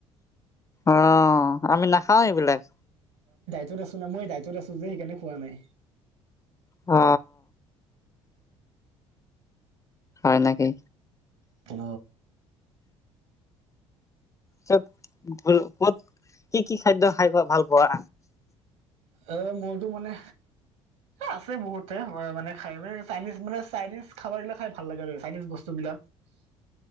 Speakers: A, on the left; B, on the right.
A: অ আমি নাখাও এইবিলাক।
B: দ আছো না মই দায়িত্বত আছো যে সেইকাৰণে খোৱা নাই।
A: অ। হয় নেকি?
B: অ।
A: কত বোলো ক'ত, কি-কি খাদ্য খাই বা ভাল পোৱা?
B: অ, মইতো মানে আছে বহুতে মানে খাই ম চাইনিজ মান চাইনিজ খাবাৰ বিলাক খাই ভাল লাগে। আৰু চাইনিজ বস্তু বিলাক। দা <unintelligible>